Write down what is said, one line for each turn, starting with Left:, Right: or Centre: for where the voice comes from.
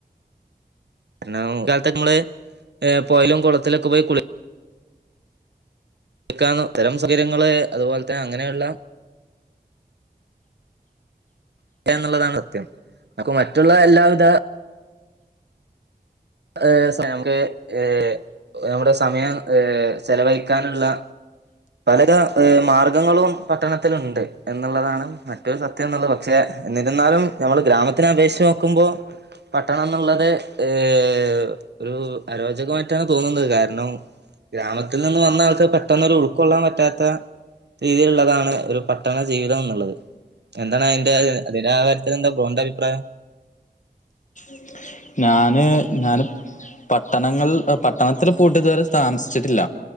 Right: കാരണം ഇക്കാലത്ത് ഒക്കെ നമ്മള് ഏഹ് പൊയേലും കൊളത്തിലൊക്കെ പോയി കുളി ക്കാന്ന് അത്തരം സൗകര്യങ്ങള് അതുപോലെ തന്നെ അങ്ങനെയുള്ള ഇല്ലാ എന്നുള്ളതാണ് സത്യം നമ്മക്ക് മറ്റുള്ള എല്ലാവിധ ഏഹ് സ നമുക്ക് ഏഹ് നമ്മുടെ സമയം ഏഹ് ചെലവയിക്കാനുള്ള പലവിധ ഏഹ് മാർഗങ്ങളും പട്ടണത്തില്ണ്ട് എന്നുള്ളതാണ് മറ്റ ഏറ്റവും സത്യന്നുള്ളത് പക്ഷെ എന്നിരുന്നാലും നമ്മള് ഗ്രാമത്തിന അപേക്ഷിച്ച് നോക്കുമ്പോ പട്ടണംന്നുള്ളത് ഏഹ് ഏഹ് ഒരു അരോചകമായിട്ടാണ് തോന്നുന്നത് കാരണം ഗ്രാമത്തിൽ നിന്ന് വന്ന ആൾക്ക് പെട്ടെന്ന് ഒരു ഉൾക്കൊള്ളാൻ പറ്റാത്ത രീതിയിലുള്ളതാണ് ഒരു പട്ടണ ജീവിതംന്നുള്ളത് എന്താണ് അയിന്റെ അതിന്റെ ആ കാര്യത്തിൽ എന്താ ബ്രോന്റെ അഭിപ്രായം
Left: <inaudible> ഞാന് ഞാനിപ്പ പട്ടണങ്ങൾ പട്ടണത്തിൽ പോയിട്ട് ഇതുവരെ താമസിച്ചിട്ടില്ല